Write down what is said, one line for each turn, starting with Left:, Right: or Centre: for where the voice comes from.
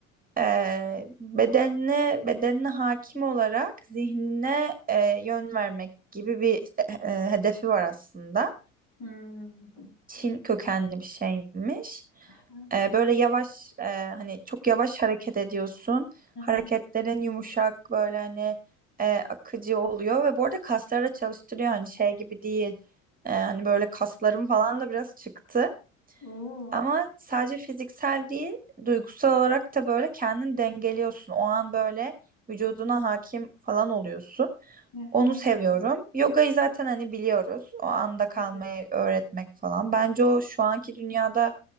Right: e, bedenine bedenine hakim olarak zihnine e, yön vermek gibi bir e, e, hedefi var aslında.
Left: Hmm.
Right: Çin kökenli bir şeymiş.
Left: Ha,
Right: E, böyle yavaş e, hani çok yavaş hareket ediyorsun.
Left: aha.
Right: Hareketlerin yumuşak böyle hani e, akıcı oluyor ve bu arada kasları da çalıştırıyor hani şey gibi değil. E, hani böyle kaslarım falan da biraz çıktı.
Left: Oo.
Right: Ama sadece fiziksel değil, duygusal olarak da böyle kendini dengeliyorsun. O an böyle vücuduna hakim falan oluyorsun.
Left: Aha.
Right: Onu seviyorum. Yogayı zaten hani biliyoruz. O anda kalmayı
Left: Evet.
Right: öğretmek falan. Bence o şu anki dünyada